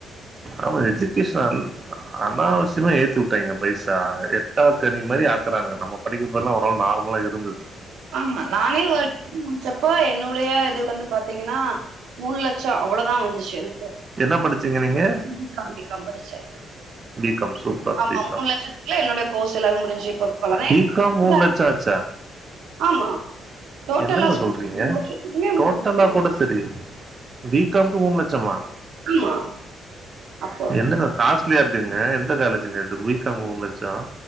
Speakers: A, on the right (about 35°); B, on the right (about 75°).
A: ஆமா எஜுகேஷன் நல் அனாவசியமா ஏத்தி உட்டாய்ங்க பைசா எட்டாக்கனி மாரி ஆக்குறானுங்க நம்ம படிக்கிப்பல்லா ஒரளவு நார்மலா இருந்துது.
B: ஆமா நானே வட் முச்சப்போ என்னுடைய இது வந்து பாத்தீங்கன்னா மூணு லட்சோ அவ்வளதா வந்துச்சு எனக்கு.
A: என்ன படிச்சீங்க
B: <inaudible>
A: நீங்க
B: காம் பி காம் படிச்சே.
A: பி காம் சூப்பர்
B: ஆமா
A: பி காம்
B: மூணு லட்சத்துக்குள்ள என்னுடைய கோர்ஸ் எல்லாமே முடிஞ்சு இப்ப
A: பி
B: <inaudible>
A: காம் மூணு லட்ச ஆச்சா
B: ஆமா. டோட்டலா
A: என்னங்க
B: சொல்றே
A: சொல்றீங்க
B: மூணு வருஷத்துக்குமே
A: டோட்டலா
B: மூணு வருஷம்
A: கூட செரி. பி காம் க்கு மூன் லட்சமா?
B: ம்மா அப்போ
A: என்னங்க காஸ்ட்லியா இருக்குங்க எந்த காலஜ்ஜுங்க இது பி காம் மூன் லச்சோ